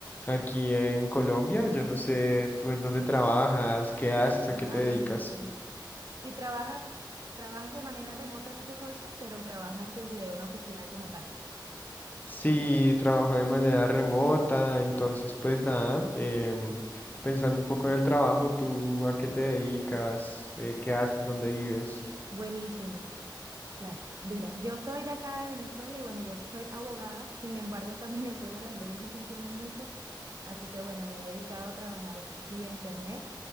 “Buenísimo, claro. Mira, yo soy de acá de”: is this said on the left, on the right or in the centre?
Right